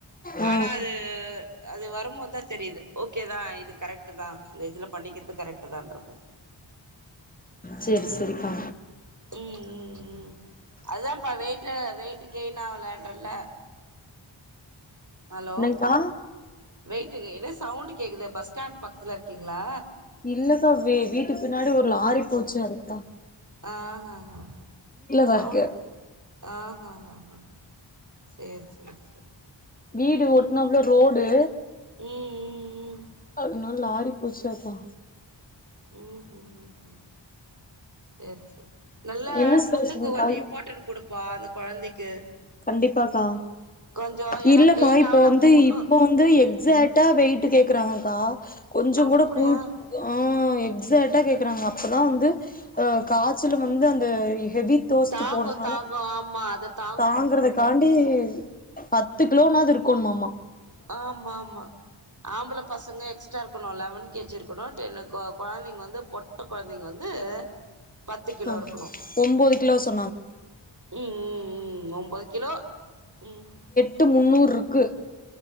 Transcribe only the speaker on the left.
ஆ
செரி செரிக்கா
என்னங்க்கா
இல்லக்கா வே வீட்டுக்கு பின்னாடி ஒரு லாரி போச்சு அதுக்தா
தா இருக்கு
வீடு ஓட்னாப்ல ரோடு
அதுனால லாரி போச்சா கா
என்ன ஸ்பெஷல்க்கா
கண்டிப்பாக்கா
இல்லக்கா
இப்போ
வந்து
இப்ப வந்து
எக்ஸட் டா வெயிட்டு கேக்குறாங்கக்கா கொஞ்சங்கூட
கூ ஆ எக்ஸாட்டா கேக்குறாங்க அப்பதா வந்து கா ச்சுல வந்து அந்த ஹெவி தோஸ்ட்டு
போறனால
தாங்குறதுக்காண்டி பத்து கிலோனாது இருக்கணு மாமா
ஆ
ஒம்போது கிலோ சோ
ட்டு முந்நூருக்கு